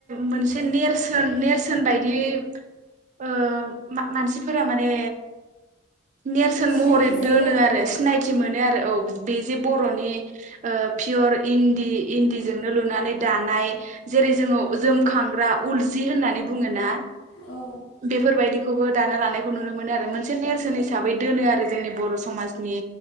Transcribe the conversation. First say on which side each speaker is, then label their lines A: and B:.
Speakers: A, on the right; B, on the left.
A: मोनसे नेरसोन नेरसोन बायदि ओ मानसिफोरा माने नेरसोन
B: सिनायथि
A: महरै
B: जायो
A: दोनो
B: माने
A: आरो सिनायथि मोनो। बेनो आरो औ बे जे बर'नि पियर इन्दि इन्दिजोंनो लुनानै दानाय जेरै जोङो जोमखांग्रा उलजि होननानै बुङो ना
B: औ
A: बेफोरबायदिखौबो दाना लानायखौ नुनो मोनो आरो मोनसे नेरसोन हिसाबै दोनो आरो जोंनि बर' समाज नि